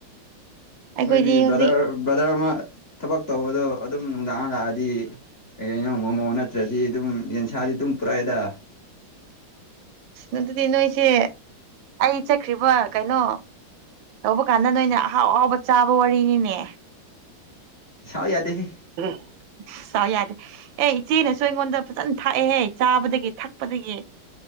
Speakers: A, on the right (about 80°); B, on the left (about 35°).
A: ꯑꯩꯈꯣꯏꯗꯤ
B: ꯍꯣꯏꯗꯤ
A: ꯍꯧꯖꯤꯛ
B: ꯕ꯭ꯔꯗꯔ ꯕ꯭ꯔꯗꯔ ꯑꯃ ꯊꯕꯛ ꯇꯧꯕꯗꯣ ꯑꯗꯨꯝ ꯅꯨꯡꯗꯥꯡ ꯍꯜꯂꯛꯑꯗꯤ ꯀꯩꯅꯣ ꯃꫭꯃꫭ ꯅꯠꯇ꯭ꯔꯗꯤ ꯑꯗꯨꯝ ꯌꯦꯟꯁꯥꯗꯤ ꯑꯗꯨꯝ ꯄꯨꯔꯛꯏꯗ
A: ꯑꯗꯨꯗꯤ ꯅꯣꯏꯁꯦ ꯑꯩ ꯆꯠꯈ꯭ꯔꯤꯕ ꯀꯩꯅꯣ ꯇꯧꯕ ꯀꯥꯟ ꯗ ꯅꯣꯏꯅ ꯑꯍꯥꯎ ꯑꯍꯥꯎꯕ ꯆꯥꯕ ꯋꯥꯔꯤꯅꯤꯅꯦ
B: ꯁꯥꯎ ꯌꯥꯗꯦꯍꯦ
A: <unintelligible> ꯁꯥꯎ ꯌꯥꯗꯦ ꯑꯦ ꯏꯆꯦꯅꯁꯨ ꯑꯩꯉꯣꯟꯗ ꯐꯖꯅ ꯊꯥꯛꯑꯦꯍꯦ ꯆꯥꯕꯗꯒꯤ ꯊꯛꯄꯗꯒꯤ